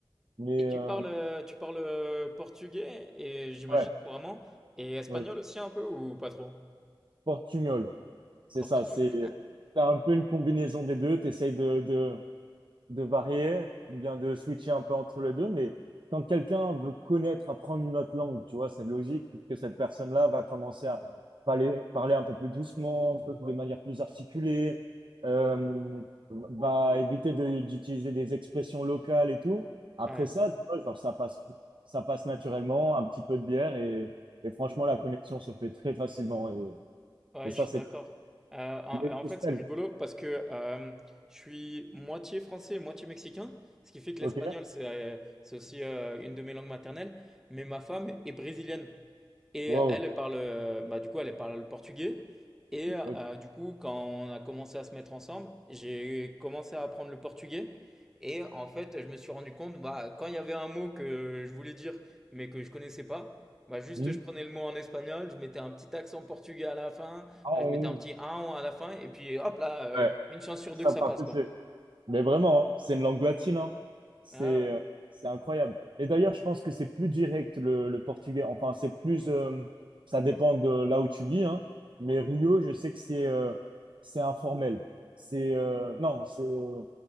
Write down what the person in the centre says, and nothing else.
Et tu
parles, euh, tu parles euh, portugais, et j'imagine
couramment, et espagnol
aussi un peu, ou pas trop?
Portugais.
Ouais.
Ouais,
je suis
d'accord. Euh, en,
en
fait, c'est rigolo parce que euh, je suis moitié français, moitié mexicain, ce qui fait que
l'espagnol, c'est c'est aussi euh, une de mes langues maternelles, mais ma femme est brésilienne. Et
elle, elle parle, euh, bah, du coup, elle parle le portugais. Et euh,
du coup, quand on a commencé à se mettre ensemble, j'ai commencé à apprendre le portugais. Et en fait, je me suis rendu compte, bah, quand il y avait un mot que je voulais dire, mais que je connaissais pas, bah, juste
je prenais le mot en espagnol, je mettais un petit accent portugais à la fin,
euh, je
mettais un petit un à la fin, et puis hop là, euh,
une chance sur
deux que ça
passe, quoi.
Ah